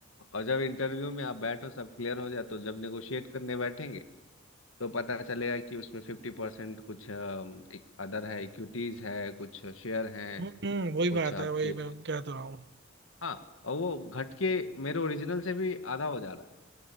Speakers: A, on the left; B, on the right.
A: और जब इंटरव्यू में आप बैठो सब क्लियर हो जाए तो जब नेगोशिएट करने बैठेंगे तो पता चलेगा कि उसमें फिफ्टी परसेंट कुछ अदर है इक्विटीज है कुछ शेयर हैं
B: हम्म वही
A: कुछ
B: बात
A: आपके
B: है वही मैं कह तो रहा हूँ
A: हाँ और वो घट के मेरे ओरिजिनल से भी आधा हो जा रहा है